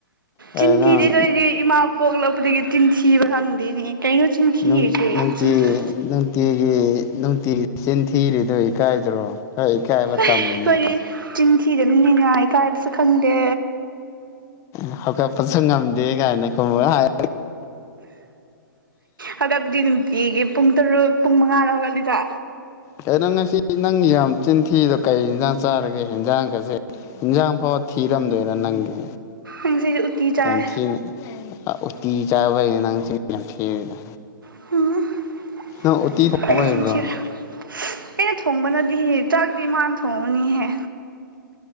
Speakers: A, on the left (about 25°); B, on the right (about 80°).
A: ꯀꯩꯅꯣ
B: ꯆꯤꯟ ꯊꯤꯗꯦ ꯑꯩꯈꯣꯏꯗꯤ ꯏꯃꯥ ꯄꯣꯛꯂꯛꯄꯗꯒꯤ ꯆꯤꯟꯊꯤꯕ ꯈꯪꯗꯦꯅꯦ ꯀꯩꯅꯣ ꯆꯤꯟꯊꯤꯔꯤꯁꯦ
A: ꯅꯨꯡ ꯅꯨꯡꯇꯤ
B: ꯑꯩꯈꯣꯏꯗꯤ
A: ꯅꯨꯡꯇꯤꯒꯤ ꯅꯨꯡꯇꯤꯒꯤ ꯆꯤꯟꯊꯤꯔꯤꯗꯣ ꯏꯀꯥꯏꯗ꯭ꯔꯣ ꯈꯔ ꯏꯀꯥꯏꯕ ꯇꯝꯃꯨꯅꯦ
B: ꯑꯩꯈꯣꯏꯗꯤ ꯆꯤꯟꯊꯤꯗꯕꯅꯤꯅ ꯏꯀꯥꯏꯕꯁꯨ ꯈꯪꯗꯦ
A: ꯑ ꯍꯧꯒꯄꯠꯁꯨ ꯉꯝꯗꯦ ꯀꯥꯏꯅ ꯀꯨꯝꯕ ꯍꯥꯏ
B: ꯍꯧꯒꯠꯄꯗꯤ ꯅꯨꯡꯇꯤꯒꯤ ꯄꯨꯡ ꯇꯔꯨꯛ ꯄꯨꯡ ꯃꯉꯥꯗ ꯍꯧꯒꯠꯂꯤꯗ
A: ꯀꯩꯅꯪ ꯉꯁꯤ ꯅꯪ ꯌꯥꯝ ꯆꯤꯟꯊꯤꯗꯣ ꯀꯩ ꯌꯦꯟꯖꯥꯡ ꯆꯥꯔꯒꯦ ꯌꯦꯟꯖꯥꯡꯒꯁꯦ ꯏꯟꯁꯥꯡ ꯐꯥꯎꯕ ꯊꯤꯔꯝꯗꯣꯏꯔ ꯅꯪꯒꯤ
B: ꯉꯁꯤꯗꯤ ꯎꯇꯤ ꯆꯥꯏ
A: ꯌꯥꯝ ꯊꯤꯅ ꯑ ꯎꯇꯤ ꯆꯥꯕꯩꯅꯤ ꯅꯪ ꯆꯤꯟ ꯌꯥꯝ ꯊꯤꯔꯤꯗꯣ
B: <unintelligible>
A: ꯅꯪ ꯎꯇꯤ ꯊꯣꯡꯕ
B: ꯑꯩꯅ
A: ꯍꯩꯕ꯭ꯔꯣ
B: ꯊꯣꯡꯕꯅꯗꯤ ꯆꯥꯛꯇꯤ ꯏꯃꯥꯅ ꯊꯣꯡꯉꯅꯤꯍꯦ